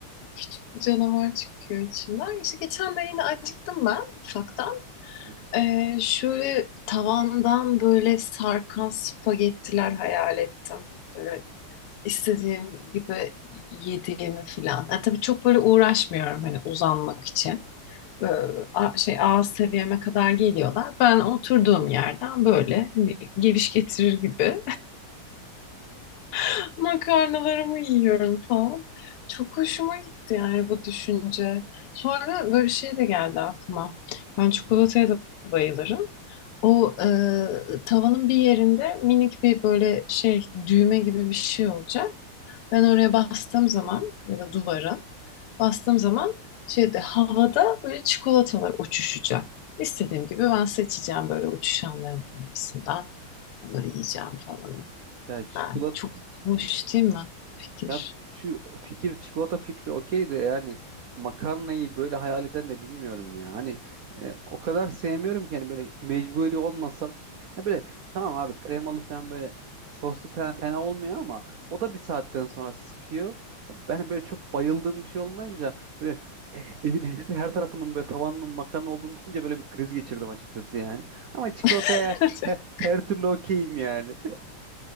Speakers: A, on the left; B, on the right.
A: Küçük bir canavar çıkıyor içimden. İşte geçen de yine acıktım ben ufaktan.
B: Hı hı.
A: Ee, şöyle tavandan böyle sarkan spagettiler hayal ettim. Böyle istediğim gibi yediğimi falan. Yani tabii çok böyle uğraşmıyorum hani uzanmak için. Böyle a- şey ağız seviyeme kadar geliyorlar. Ben oturduğum yerden böyle hani geviş getirir gibi <laughs> makarnalarımı yiyorum falan. Çok hoşuma gitti yani bu düşünce. Sonra böyle şey de geldi aklıma. Ben çikolataya da bayılırım. O e, tavanın bir yerinde minik bir böyle şey düğme gibi bir şey olacak. Ben oraya bastığım zaman ya da duvara bastığım zaman şeyde havada böyle çikolatalar uçuşacak. İstediğim gibi ben seçeceğim böyle uçuşanların arasından. Onları yiyeceğim falan.
B: Ya çikolata
A: Yani çok hoş değil mi fikir?
B: Ya şu fikir çikolata fikri okey de yani makarnayı böyle hayal eden de bilmiyorum ya. Hani e, o kadar sevmiyorum ki hani böyle mecburi olmasam. Ha böyle tamam abi kremalı falan böyle soslu falan fena olmuyor ama o da bir saatten sonra sıkıyor. Ben böyle çok bayıldığım bir şey olmayınca böyle e, evin her, her tarafının böyle tavanının makarna olduğunu düşünce böyle bir kriz geçirdim açıkçası yani. Ama çikolataya
A: <laughs>
B: he- her türlü okeyim yani.